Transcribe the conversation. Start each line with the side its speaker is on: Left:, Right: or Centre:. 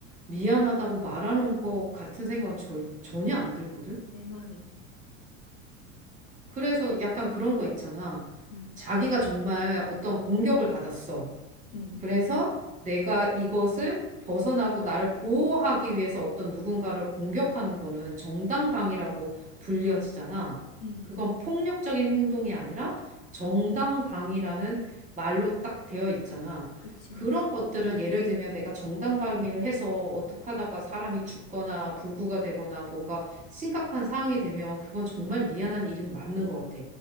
Right: 미안하다고 말하는 것 같은 생각은 절, 전혀 안 들거든.
Left: 내 말이,
Right: 그래서 약간 그런 거 있잖아.
Left: 음,
Right: 자기가 정말 어떤 공격을 받았어.
Left: 음,
Right: 그래서 내가 이것을 벗어나고 나를 보호하기 위해서 어떤 누군가를 공격하는 거는 정당방위라고 불려지잖아.
Left: 음,
Right: 그건 폭력적인 행동이 아니라 정당방위라는 말로 딱 되어 있잖아.
Left: 그치,
Right: 그런
Left: 그치,
Right: 것들은 예를 들면 내가 정당방위를 해서 어떻게 하다가 사람이 죽거나 불구가 되거나 뭔가 심각한 상황이 되면 그건 정말 미안한 일은 맞는 것 같아.